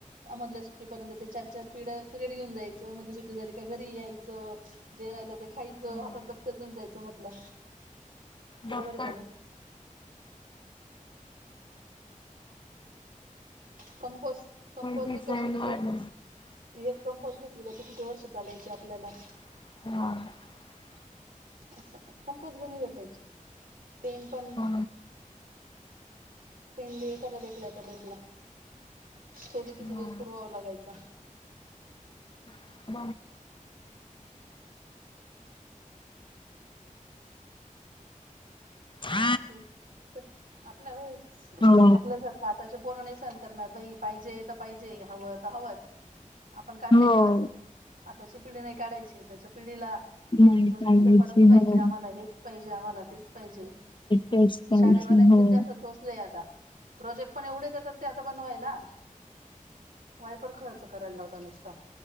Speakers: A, on the right (about 80°); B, on the left (about 35°).
A: मधल्या सुट्टी पर्यंत चार चार पि पिरयड घेऊन जायच मध्ये सु झाली का घरी यायचं जे राहि खायचं
B: हो
A: हातात दप्तर घेऊन जायचं म्हटलं. बरोबर
B: डॉक्
A: आहे
B: प
A: का नाही कंपस कंपल्
B: डिझाईन
A: बी कशी
B: वाढलं
A: ह कंपल्स घेतली त किती क चालायचे आपल्याला
B: ह
A: असं कमपोस् बी नाही भेटायची पेन पण
B: हो
A: पेन बी एखादा भेटला तर भेटला. तोभी किती
B: ना
A: दिवस पूर्वाव लागायचा.
B: ज अ
A: ते आपल्या
B: हो
A: आपल्यासारख आताच्या पोर नाही सहण करणार बाई पाहिजे तर पाहिजे हवं तर हवंच आपण काढले
B: हो
A: दिवस आताची पिढी नाही काढायची आ त्याच्या पिढीला
B: नाही
A: प्रोजेक्ट
B: पाहिजे
A: पेपररच पाहिजे
B: हो
A: आम्हाला हेच पाहिजे आम्हाला तेच पाहिजे.
B: तेच पाहिजे
A: शाळेवाल्यांचे
B: हो
A: जास्त चोचले. प्रोजेक्ट पण एवढे देतात ते आता बनवायला. वायपर खर्च करायला लावता नुसता.